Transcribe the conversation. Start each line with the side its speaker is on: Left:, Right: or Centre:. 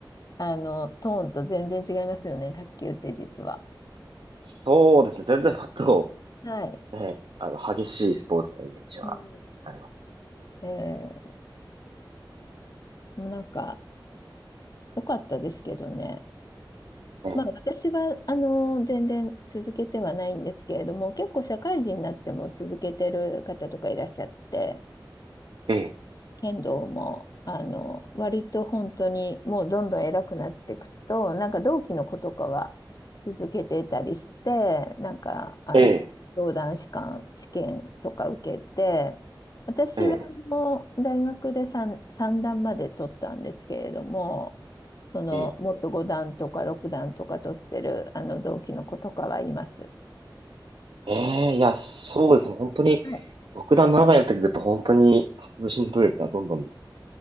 Left: あの、トーンと全然違いますよね。卓球って実は。
Right: そうですね。全然もっと
Left: はい。
Right: ね、あの、激しいスポーツのイメージはあります
Left: はいえー、もうなんか、良かったですけどね。
Right: ね。
Left: まあ、私はあの全然続けてはないんですけれども、結構社会人になっても続けてる方とかいらっしゃって、
Right: ええ、
Left: 剣道も、あの、割と本当にもうどんどん偉くなっていくと、なんか同期の子とかは続けてたりして、なんか、あの、
Right: ええ、
Left: 道団士官試験とか受けて、私はもう大学で3、
Right: ええ、
Left: 三段まで取ったんですけれども、その、
Right: ええ、
Left: もっと5段とか6段とか取ってる、あの、同期の子とかはいます。
Right: ええ、いや、そうですね。本当に、
Left: はい、
Right: 6段、7段やってくると、本当に、達人とい力がどんどん